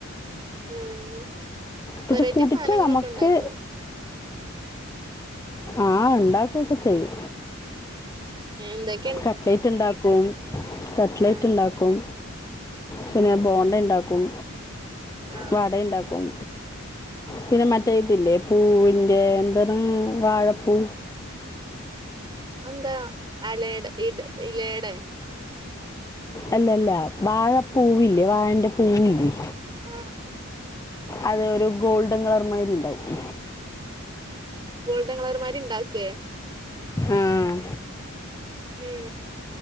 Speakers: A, on the right (about 20°); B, on the left (about 15°).
A: ഉം
B: പക്ഷെ
A: വെറൈറ്റി
B: കുടിച്ചാൽ
A: സാനങ്ങളൊക്കെ
B: നമുക്ക്
A: ഇണ്ടാക്കോ?
B: ആഹ് ണ്ടാക്കൊക്കെ ചെയ്യും.
A: ഏണ്ടാക്ക്
B: കട്ടലേറ്റ്ണ്ടാ ക്കും കട്ട്ലേറ്റ്ണ്ടാക്കും
A: ആഹ്
B: പിന്നെ ഞാന് ബോണ്ട ഇണ്ടാ ക്കും
A: ആഹ്
B: വട ഇണ്ടാക്കും. പിന്നെ മറ്റേ ഇതില്ലേ പൂവിന്റെ ന്തണ് വാഴപ്പൂ
A: അതെന്താ അലയടെ ഇട് ഇലയടെ?
B: അല്ല അല്ല വാഴപ്പൂവില്ലേ വാഴന്റെ പൂവില്ലേ.
A: ആ
B: അത് ഒരു ഗോൾഡൻ കളർ മായ്രി ണ്ടാവും.
A: ഗോൾഡൻ കളർമാരി ണ്ടാക്കേ?
B: ആഹ്.
A: ഇ